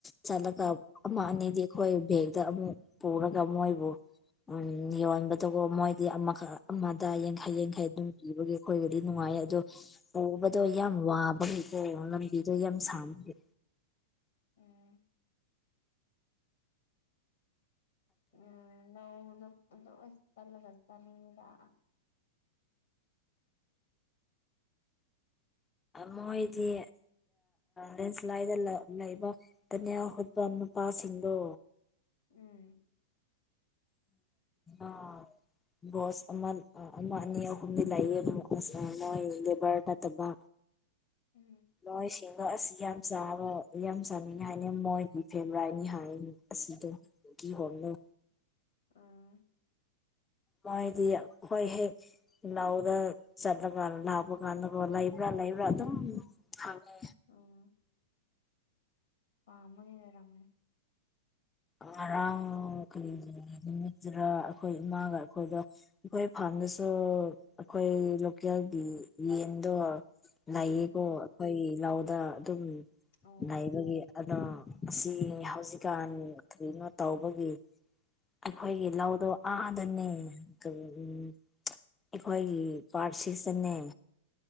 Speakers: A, on the left; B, on the left.
A: ꯆꯠꯂꯒ ꯑꯃ ꯑꯅꯤꯗꯤ ꯑꯩꯈꯣꯏ ꯕꯦꯒꯗ ꯑꯃꯨꯛ ꯄꯨꯔꯒ ꯃꯣꯏꯕꯨ ꯎꯝ ꯌꯣꯟꯕꯗꯒꯣ ꯃꯣꯏꯗꯤ ꯑꯃꯈꯛ ꯑꯃꯗ ꯌꯥꯡꯈꯩ ꯌꯥꯡꯈꯩ ꯑꯗꯨꯝ ꯄꯤꯕꯒꯤ ꯑꯩꯈꯣꯏꯒꯗꯤ ꯅꯨꯡꯉꯥꯏ ꯑꯗꯣ ꯄꯨꯕꯗꯣ
B: ꯑꯣ
A: ꯌꯥꯝ ꯋꯥꯕꯒꯤꯀꯣ ꯂꯝꯕꯤꯗꯣ ꯌꯥꯝ
B: ꯎꯝ
A: ꯁꯥꯡꯕꯒꯤ
B: ꯎꯝ ꯎꯝ ꯅꯥꯎꯗꯣ ꯑꯗꯣ ꯇꯠꯂꯒ ꯆꯅꯤꯡꯉꯤꯗ
A: ꯃꯣꯏꯗꯤ ꯂꯦꯟꯁ꯭ꯂꯥꯏꯗ ꯂꯥ ꯂꯩꯕ ꯇꯅꯦꯜꯌꯥ ꯍꯨꯠꯄ ꯅꯨꯄꯥꯁꯤꯡꯗꯣ
B: ꯎꯝ
A: ꯑꯥ ꯕꯣꯁ ꯑꯃ ꯑꯃ ꯑꯅꯤ ꯑꯍꯨꯝꯗꯤ ꯂꯩꯌꯦ ꯃꯣꯏ ꯂꯦꯕꯔ ꯅꯠꯇꯕ
B: ꯎꯝ
A: ꯅꯣꯏꯁꯤꯡꯗꯣ ꯑꯁ ꯌꯥꯝ ꯆꯥꯕ ꯌꯥꯝ ꯆꯥꯅꯤꯡꯉꯦ ꯍꯥꯏꯅꯦ ꯃꯣꯏꯒꯤ ꯐꯦꯚꯣꯔꯥꯏꯠꯅꯤ ꯍꯥꯏꯅꯤ ꯑꯁꯤꯗꯣ ꯀꯤꯍꯣꯝꯔꯣ
B: ꯎꯝ
A: ꯃꯗꯤ ꯍꯣꯏ ꯍꯦꯛ ꯂꯧꯗ ꯆꯠꯂꯀꯟ ꯂꯥꯛꯄꯀꯟꯗꯀꯣ ꯂꯩꯕ꯭ꯔꯥ ꯂꯩꯕ꯭ꯔꯥ ꯑꯗꯨꯝ ꯍꯪꯉꯦ
B: ꯎꯝ ꯄꯥꯎꯃꯩ ꯑꯣꯏꯔꯝꯅꯤ
A: ꯉꯔꯥꯡ ꯀꯔꯤ ꯅꯨꯃꯤꯠꯇꯔ ꯑꯩꯈꯣꯏ ꯏꯃꯥꯒ ꯑꯩꯈꯣꯏꯗ ꯑꯩꯈꯣꯏ ꯐꯥꯔꯝꯗꯁꯨ ꯑꯩꯈꯣꯏ ꯂꯣꯀꯦꯜꯒꯤ ꯌꯦꯟꯗꯣ ꯂꯩꯌꯦꯀꯣ
B: ꯎꯝ
A: ꯑꯩꯈꯣꯏ ꯂꯧꯗ ꯑꯗꯨꯝ
B: ꯑꯣ
A: ꯂꯩꯕꯒꯤ ꯑꯗꯣ ꯑꯁꯤ ꯍꯧꯖꯤꯛꯀꯥꯟ ꯀꯔꯤꯅꯣ ꯇꯧꯕꯒꯤ ꯑꯩꯈꯣꯏꯒꯤ ꯂꯧꯗꯣ ꯑꯥꯗꯅꯦ ꯎꯝ ꯑꯩꯈꯣꯏꯒꯤ ꯄꯥꯔꯠ ꯁꯤꯛꯁꯇꯅꯦ